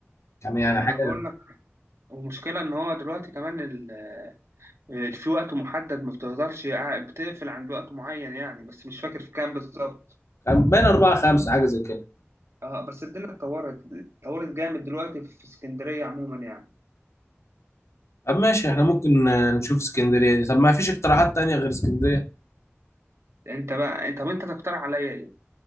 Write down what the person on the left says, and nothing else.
كان يعني
حاجه
كان بين اربعه خمسه حاجه زي كده
طب ماشي احنا ممكن آه، نشوف اسكندريه دي طب ما فيش اقتراحات تانية غير اسكندريه